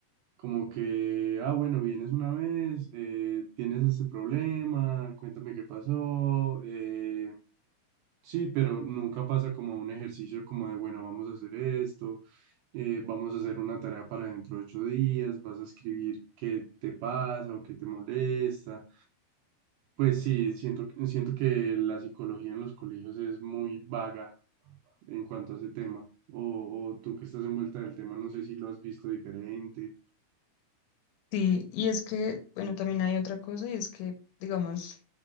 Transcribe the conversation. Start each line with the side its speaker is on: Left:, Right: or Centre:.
Right: como que, ah, bueno, vienes una vez, eh, tienes este problema, cuéntame qué pasó, eh, sí, pero nunca pasa como un ejercicio como de, bueno, vamos a hacer esto, eh, vamos a hacer una tarea para dentro de ocho días, vas a escribir qué te pasa o qué te molesta. Pues sí, siento, siento que la psicología en los colegios es muy vaga en cuanto a ese tema. O, o tú que estás envuelta del tema, no sé si lo has visto diferente.
Left: Sí, y es que, bueno, también hay otra cosa y es que, digamos,